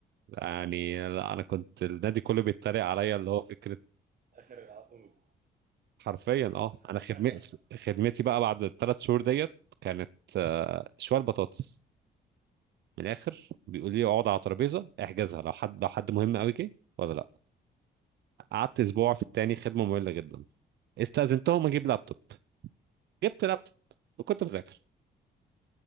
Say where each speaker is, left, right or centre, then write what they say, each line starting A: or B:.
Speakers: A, on the right; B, on the right.
A: يعني لا، انا كنت النادي كله بيتريق عليا اللي هو فكره
B: اخر العقود
A: حرفيا اه
B: <laughs>
A: انا خدمتي خدمتي بقى بعد الثلاث شهور ديت كانت آه، شوال بطاطس من الاخر بيقول لي اقعد على ترابيزه احجزها لو حد لو حد مهم قوي جه ولا لا قعدت اسبوع في التاني خدمه ممله جدا استأذنتهم اجيب لابتوب جبت لابتوب وكنت بذاكر